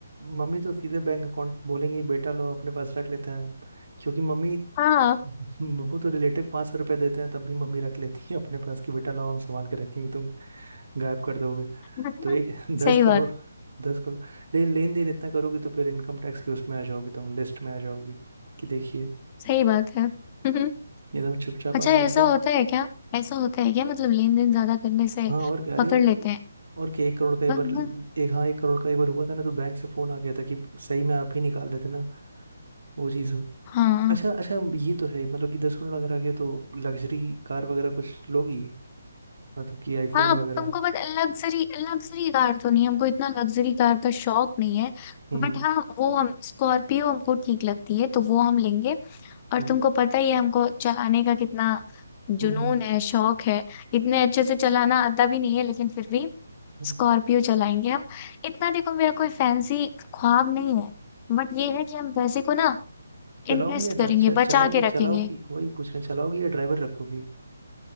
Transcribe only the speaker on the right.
मम्मी तो सीधे बैंक अकाउंट बोलेंगी बेटा लो अपने पास रख लेते हैं हम क्योंकि मम्मी
को तो- वो तो रिलेटिव पाँच सौ रुपये देते हैं तब भी मम्मी रख लेती है अपने पास कि बेटा लाओ हम संभाल के रखेंगे तुम गायब कर दोगे
तो ये <laughs>
दस
करोड़ दस करोड़ लेकिन लेन देन इतना करोगी तो फिर इनकम टैक्स की उसमें आ जाओगी तुम लिस्ट में आ जाओगी कि देखिए
एकदम चुपचाप
आराम
से
हाँ और क्या अरे
और क्या एक करोड़ का एक
बार एक हाँ एक करोड़ का एक बार हुआ था ना तो बैंक से फोन आ गया था कि सही में आप ही निकाल लेते ना वो चीज़ हो
अच्छा अच्छा ये तो है मतलब कि दस करोड़ अगर आ गया तो लग्जरी कार वगैरह कुछ लोगी मतलब कि आईफोन
वगैरह
हम्म
हम्म
हम्म हम्म,
हम्म।
चलाओगी
या ड्रा-
च-
चलाओगी
चलाओगी वही पूछ रहे हैं चलाओगी या ड्राइवर रखोगी